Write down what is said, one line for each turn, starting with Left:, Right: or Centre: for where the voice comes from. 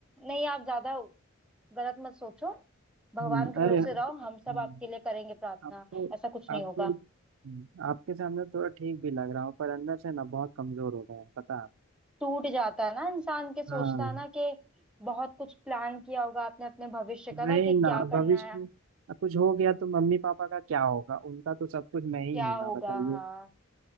Centre: नहीं आप ज्यादा गलत मत सोचो भगवान
Right: हम्म,
Centre: के भरोसे
Right: अरे
Centre: रहो हम
Right: हम्म,
Centre: सब आपके लिए करेंगे प्रार्थना
Right: आपको
Centre: ऐसा कुछ
Right: आपको
Centre: नहीं होगा
Right: हम्म, आपके सामने थोड़ा ठीक भी लग रहा हूँ पर अंदर से ना बहुत कमजोर हो गया है पता है
Centre: टूट जाता है ना इंसान के सोचता
Right: हाँ
Centre: है ना कि बहुत कुछ प्लान किया होगा आपने अपने भविष्य का
Right: वही
Centre: ना कि
Right: ना
Centre: क्या
Right: भविष्य
Centre: करना है
Right: में अब कुछ हो गया तो मम्मी पापा का क्या होगा उनका तो सब कुछ मैं ही
Centre: क्या
Right: हूं ना
Centre: होगा
Right: बताइए
Centre: हाँ